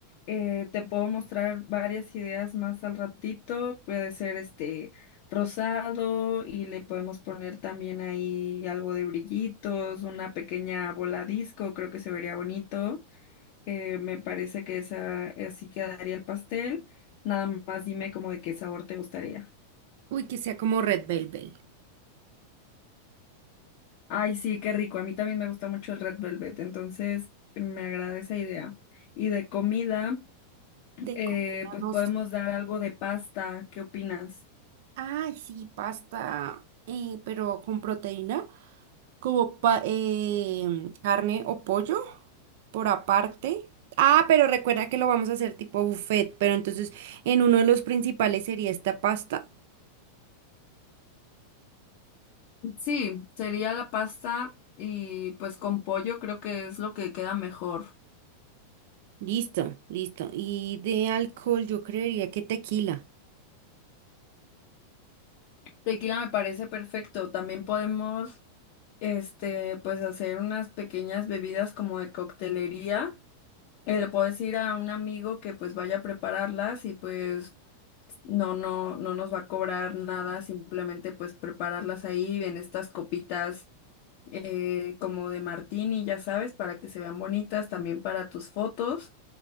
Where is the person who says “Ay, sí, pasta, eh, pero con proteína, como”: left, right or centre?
Right